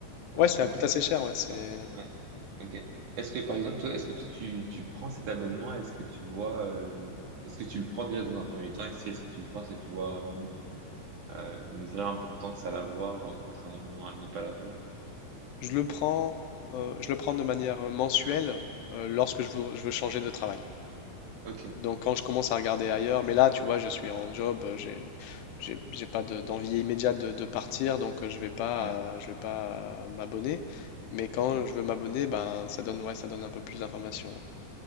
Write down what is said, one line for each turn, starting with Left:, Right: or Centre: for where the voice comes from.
Left: Ouais,
Right: un truc
Left: ça
Right: comme
Left: coûte
Right: ça
Left: assez cher, ouais, c'est...
Right: Ouais, ouais. Ok. Est-ce que par exemple, toi, est-ce que toi tu, tu prends cet abonnement? Est-ce que tu vois, euh, est-ce que tu le prends déjà dans un premier temps? Et si est-ce que tu le prends, est-ce que tu vois vraiment une, euh, une vraie importance à l'avoir, euh, contrairement à ne pas l'avoir?
Left: Je le prends, euh, je le prends de manière euh, mensuelle euh, lorsque je veux, je veux changer de travail.
Right: Ok,
Left: Donc quand je commence
Right: d'accord.
Left: à regarder ailleurs, mais là, tu vois, je suis en job, euh, j'ai, j'ai, j'ai pas de- d'envie immédiate de, de partir, donc euh, je vais pas,
Right: Ouais.
Left: euh, je vais pas euh, m'abonner. Mais quand
Right: Et-
Left: je veux m'abonner, ben ça donne, ouais, ça donne un peu plus d'informations. ouais.